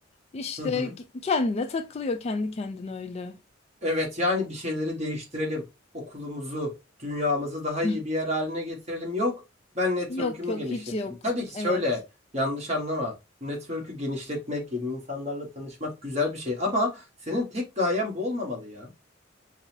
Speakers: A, on the left (about 35°); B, on the right (about 35°).
A: İşte
B: Hı hı.
A: kendine takılıyor kendi kendine öyle.
B: Evet yani bir şeyleri değiştirelim. Okulumuzu, dünyamızı daha
A: <laughs>
B: iyi bir yer haline getirelim. Yok ben network'ümü
A: Yok yok
B: genişleteyim.
A: hiç yok.
B: Tabii ki
A: Evet.
B: şöyle yanlış anlama. Network'ü genişletmek, yeni insanlarla tanışmak güzel bir şey. Ama senin tek gayen bu olmamalı ya.